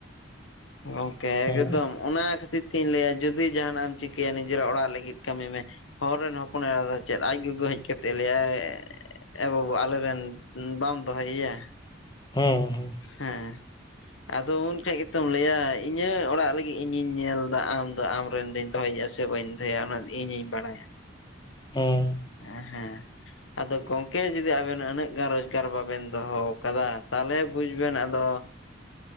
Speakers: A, on the left (about 80°); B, on the left (about 20°).
A: ᱜᱚᱝᱠᱮ
B: ᱦᱮᱸ
A: ᱮᱠᱫᱚᱢ ᱾ ᱚᱱᱟ ᱠᱷᱟᱹᱛᱤᱨ ᱛᱤᱧ ᱞᱟᱹᱭᱟ ᱡᱩᱫᱤ ᱡᱟᱦᱟᱸᱱᱟᱜ ᱮᱢ ᱪᱤᱠᱟᱹᱭᱟ ᱱᱤᱡᱮᱨᱟᱜ ᱚᱲᱟᱜ ᱞᱟᱹᱜᱤᱫ ᱠᱟᱹᱢᱤ ᱢᱮ ᱦᱚᱨ ᱨᱮᱱ ᱦᱚᱯᱚᱱ ᱮᱨᱟ ᱫᱚ ᱪᱮᱫ, ᱟᱡ ᱜᱚᱜᱚ ᱦᱮᱡ ᱠᱟᱛᱮᱜ ᱮ ᱞᱮᱭᱟᱭ ᱮ ᱵᱟᱹᱵᱩ ᱟᱞᱮ ᱨᱮᱱ ᱵᱟᱢ ᱫᱚᱦᱚᱭᱮᱭᱟ ᱾
B: ᱦᱮᱸ ᱦᱮᱸ
A: ᱦᱮᱸ ᱟᱫᱚ ᱩᱱᱠᱷᱟᱡ ᱜᱮᱛᱚᱢ ᱞᱟᱹᱭᱟ ᱤᱧᱟᱹᱜ ᱚᱲᱟᱜ ᱞᱟᱹᱜᱤᱜ ᱤᱧᱤᱧ ᱧᱮᱞ ᱫᱟ ᱟᱢ ᱫᱚ ᱟᱢᱨᱮᱱ ᱫᱚᱧ ᱫᱚᱦᱚᱭᱟ ᱥᱮ ᱵᱟᱹᱧ ᱫᱚᱦᱚᱭ ᱭᱟ ᱚᱱᱟ ᱫᱚ ᱤᱧᱤᱧ ᱵᱟᱲᱟᱭᱟ ᱾
B: ᱦᱮᱸ
A: ᱦᱮᱸ ᱦᱮᱸ ᱟᱫᱚ ᱜᱚᱝᱠᱮ ᱡᱩᱫᱤ ᱟᱵᱮᱱ ᱟᱹᱱᱟᱹᱜ ᱜᱟᱱ ᱨᱚᱡᱽᱜᱟᱨ ᱵᱟᱵᱮᱱ ᱫᱚᱦᱚ ᱠᱟᱫᱟ ᱛᱟᱦᱞᱮ ᱵᱩᱡ ᱵᱮᱱ ᱟᱫᱚ